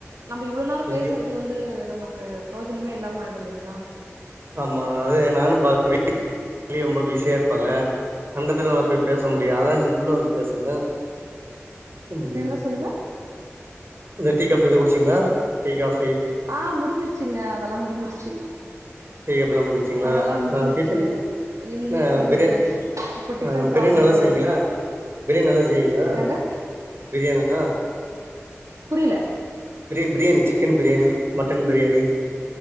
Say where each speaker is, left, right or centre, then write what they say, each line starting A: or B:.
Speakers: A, on the right (about 85°); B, on the right (about 50°).
A: நம்ம இவ்ளோ நேரே
B: எங்கயோ
A: பேசறது வந்து நமக்கு ப்ரேஜனமே இல்லாம ஆயிடு இல்லிங்ளா
B: ஆமா அது நானு <inaudible> வீட்லயும் ரொம்ப பிஸியா இருப்பாங்க அந்தத்துல நா போய் பேச பேச முடியா அதா இங்க உள்ள வந்து பேசுத ம்
A: என்ன சொல்லுங்க
B: இந்த டீ கப்லத எதோ குடிச்சீங்களா டீ காபி
A: ஆ முடிஞ்சிருச்ங்க அதெல்லா முடிஞ்சிருச்சி
B: டீ காபிலாம் முடிச்சிங்களா
A: அதெல்லா முடிஞ்சிருச்சுங்க
B: ஆ டிஃபன்
A: ஈவினிங்கே
B: ஆ
A: முடிஞ்சிருது
B: பிரியாணி
A: இப்ப டிபன்
B: ஆ பிரியாணி
A: சாப்பணு
B: நல்லா செய்வீங்களா பிரியாணி நல்லா செய்வீங்களா
A: என்னங்க
B: பிரியாணிலா
A: புரில
B: பிரி பிரியாணி சிக்கன் பிரியாணி மட்டன் பிரியாணி